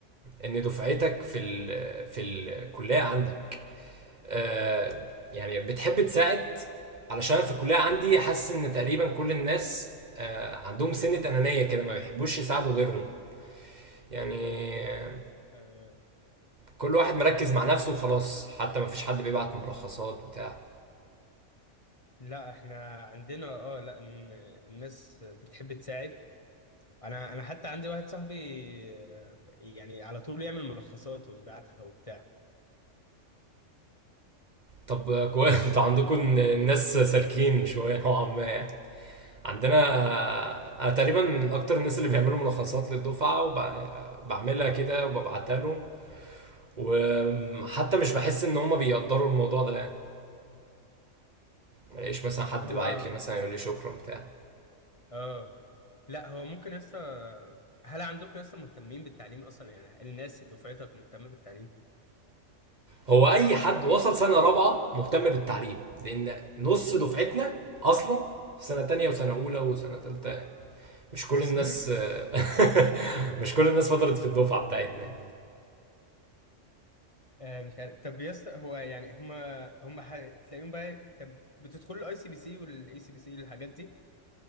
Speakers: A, on the right; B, on the left.
A: ان دفعتك في ال... في الكليه عندك آه، يعني بتحب تساعد علشان أنا في الكليه عندي حاسس ان تقريبا كل الناس آه، عندهم سنه انانيه كده ما بيحبوش يساعدوا غيرهم يعني آه،
B: آه
A: كل واحد مركز مع نفسه وخلاص حتى ما فيش حد بيبعت ملخصات بتاع
B: لا احنا عندنا اه لا إن- الناس بتحب تساعد انا انا حتى عندي واحد صاحبي آه، يعني على طول يعمل ملخصات ويبعتها وبتاع
A: طب آه، كويس <laughs> انتوا عندكم الناس سالكين شويه نوعا ما يعني عندنا انا تقريبا من اكتر الناس اللي بيعملوا ملخصات للدفعه وبعملها كده وببعتها لهم وحتى مش بحس ان هما بيقدروا الموضوع ده يعني ملاقيش مثلا حد
B: هو
A: بعت لي مثلا يقول لي شكرا بتاع
B: اه لا هو ممكن لسه هل عندكم لسه مهتمين بالتعليم اصلا يعني الناس دفعتك مهتمه بالتعليم
A: هو اي حد وصل سنه رابعه مهتم بالتعليم لان نص دفعتنا اصلا في سنه تانية وسنه اولى وسنه تالتة مش كل
B: اصلا
A: الناس <laughs> مش كل الناس فضلت في الدفعه بتاعتنا
B: <laughs> آه مش عارف طب يا اسطى هو يعني هما هما ح... تلاقيهم بقى طب بتدخلوا الاي سي بي سي والاي سي بي سي الحاجات دي